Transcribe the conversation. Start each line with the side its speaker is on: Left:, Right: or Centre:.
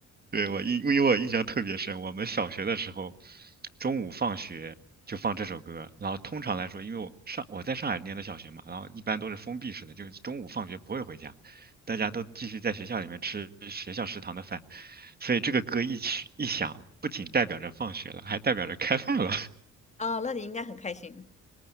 Right: 对，我印，因为我印象特别深，我们小学的时候，中午放学就放这首歌，然后通常来说，因为我上我在上海念的小学嘛，然后一般都是封闭式的，就是中午放学不会回家，大家都继续在学校里面吃学校食堂的饭，所以这个歌一曲一响，不仅代表着放学了，还代表着开饭了。
Left: 哦，那你应该很开心。